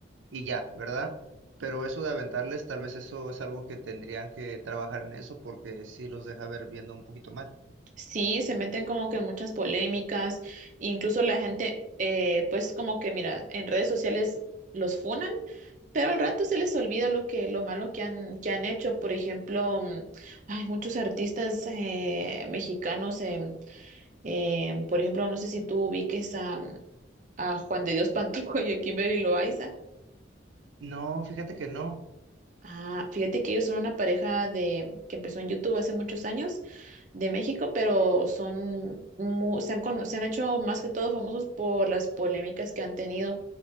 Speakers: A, on the right (about 85°); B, on the right (about 40°).
A: y ya, ¿verdad? Pero eso de aventarles, tal vez eso es algo que tendrían que trabajar en eso porque sí los deja ver viendo un poquito mal.
B: Sí, se meten como que en muchas polémicas, incluso la gente, eh, pues como que mira, en redes sociales los funan, pero al rato se les olvida lo que, lo malo que han, que han hecho. Por ejemplo, mm, hay muchos artistas eh, mexicanos, em, em, por ejemplo, no sé si tú ubiques a, a Juan de Dios Pantoja y a Kimberly Loaiza.
A: No, fíjate que no.
B: Ah, fíjate que ellos son una pareja de que empezó en YouTube hace muchos años de México, pero son mu- se han, cono- se han hecho más que todo famosos por las polémicas que han tenido. O